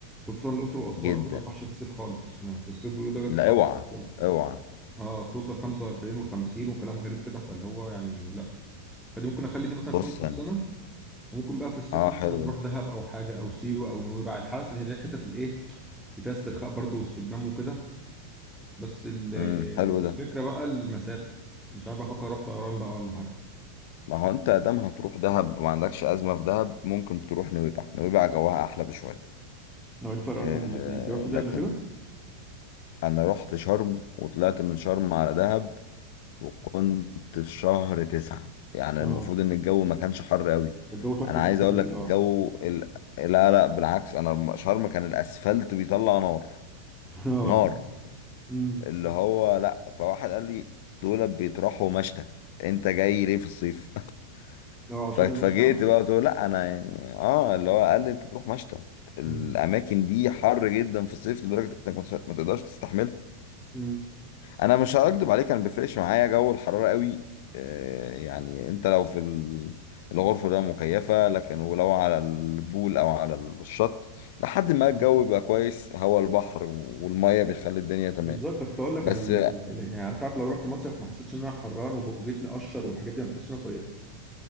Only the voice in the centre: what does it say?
خصوصا الاقصر واسوان
قالوا ما تروحش في الصيف خالص يعني في الصيف بيقولوا درجه
الحراره
بتوصل
اه بتوصل 45 و50 وكلام غريب كده فاللي هو يعني لا فدي ممكن اخلي دي مثلا
في يوم في السنه
وممكن بقى في الصيف
مثلا
نروح
دهب او حاجه او سيوه او نويبع الحاجه في اللي هي الحتت الايه دي فيها استرخاء برضه واستجمام وكده بس ال-
الفكرة
بقى المسافة مش عارف افكر اروح طيران بقى ولا حاجة
هو إيه الفرق
اصلا بين الاثنين انت رحت ده
قبل كده
اه
ده الجو تحفه
في
الفتره
دي اه
<laughs> اه
امم
لو على
شرم الناس تعمل
امم
امم
اه
بالظبط ده كنت اقول لك
ال... ال- ال- يعني انت عارف لو رحت مصيف ما حسيتش ان انا حران وبوجتني قشر والحاجات دي ما بحسش ان انا صيفت